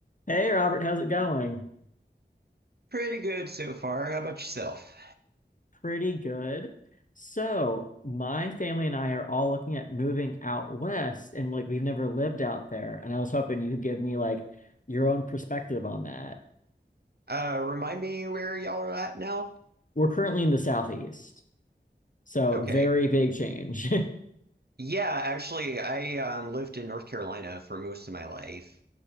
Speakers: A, on the left; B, on the right.
A: Hey Robert, how's it going?
B: Pretty good so far. How about yourself?
A: Pretty good. So, my family and I are all looking at moving out west, and like we've never lived out there. And I was hoping you could give me like your own perspective on that.
B: Uh, remind me where y'all are at now?
A: We're currently in the southeast, so
B: Okay.
A: very big change. <laughs>
B: Yeah, actually, I um, lived in North Carolina for most of my life.